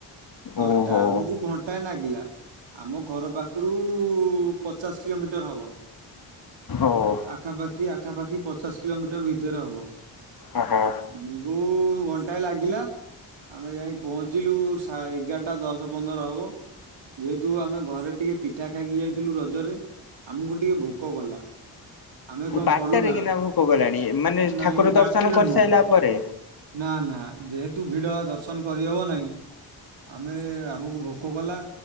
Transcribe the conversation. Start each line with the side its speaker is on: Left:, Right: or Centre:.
Right: ଦଶଟା
Left: ଓହୋ
Right: ଆମକୁ ଘଣ୍ଟାଏ ନାଗିଲା ଆମ ଘର ପାଖରୁ ପଚାଶ କିଲୋମିଟର ହବ
Left: ଓ।
Right: ଆଖାପାଖି ଆଖାପାଖି ପଚାଶ କିଲୋମିଟର ଭିତ ଭିତରେ ହବ।
Left: ଓ ହୋ
Right: ଆମକୁ ଘଣ୍ଟାଏ ଲାଗିଲା ଆମେ ଯାଇ ପହଞ୍ଚିଲୁ ସାଏ ଏଗାରଟା ଦଶ ପନ୍ଦର ହବ ଯେହେତୁ ଆମେ ଘରେ ଟିକେ ପିଠା ଖାଇକି ଯାଇଥିଲୁ ରଜରେ ଆମକୁ ଟିକେ ଭୋକ କଲା ଆମେ କଣ
Left: ବାରଟାରେ
Right: କଲୁ ନା
Left: କିନା ଭୋକ କଲାଣି ମାନେ
Right: ନାଇଁ
Left: ଠାକୁର
Right: ବାଟରେ
Left: ଦର୍ଶନ କରିସାରିଲା
Right: ନୁହଁ
Left: ପରେ
Right: ନା ନା ଯେହେତୁ ଭିଡ ଦର୍ଶନ କରିହବ ନାହିଁ ଆମେ ଆମକୁ ଭୋକ କଲା